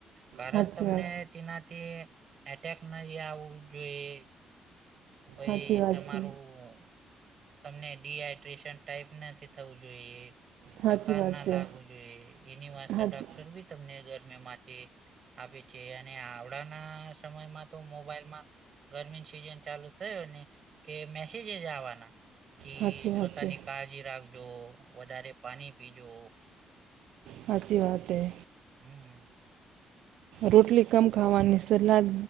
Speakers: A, on the right (about 50°); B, on the right (about 80°).
A: કારણ
B: સાચી
A: તમને
B: વાત
A: તેનાથી એટેક નહી આવવું જોઈએ. પહી
B: સાચી વાત
A: તમારું..
B: છે
A: તમને ડીહાઈડ્રેશન ટાઈપ નથી થવું જોઈએ
B: સાચી
A: થકારના
B: વાત છે
A: લાગવું જોઈએ એની માટે
B: સાચી
A: ડોક્ટર બી તમને ઘરમે માટે.. આપી છે અને આવડાના સમયમાં તો મોબાઈલમાં ગરમીની સિઝન ચાલુજ. થયો ને કે મેસેજ એ જ આવવાના કે
B: સાચી
A: સ્વતાની
B: વાત છે
A: કાળજી રાખ.. જો વધારે પાણી પીજો..
B: હાચી વાત હૈ.
A: હમ
B: રોટલી કમ ખાવાની સલાદ